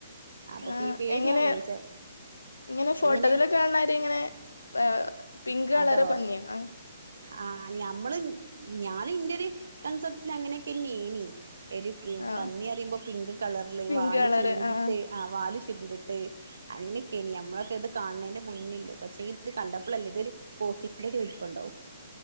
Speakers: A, on the right; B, on the left.
A: അപ്പൊപ്പീ
B: ആഹ്
A: പേടിയാണേച്ചാ
B: എങ്ങനെ ഇങ്ങനെ ഫോട്ടോത്തിലൊക്കെ
A: എങ്ങനെ
B: കാണാര് ഇങ്ങനെ ഏഹ് പിങ്ക് കളറ്
A: അതോ
B: പന്നിയോ ആഹ്
A: ആ ഞമ്മൾ ഞാ ഇന്റൊരു കൺസെപ്റ്റ് ല് അങ്ങനെയൊക്കെന്നേനി <unintelligible> ടീ
B: ആഹ്
A: പന്നി അറിമ്പോ പിങ്ക് കളർല്
B: പിങ്ക്
A: വാല്
B: കളറ്
A: ചുരുണ്ടിട്ട്
B: ആഹ്
A: ആ വാല് ച്ച ചുരുണ്ട്ട്ട് അങ്ങനെയൊക്കേനി ഞമ്മളൊക്കെ ഇത് കാണ്ണേന്റെ മുന്നില്ലേ പക്ഷെ ഇത് കണ്ടപ്പോഴല്ലേ ഇതൊരു പോത്തിന്റൊരു വലിപ്പണ്ടാവും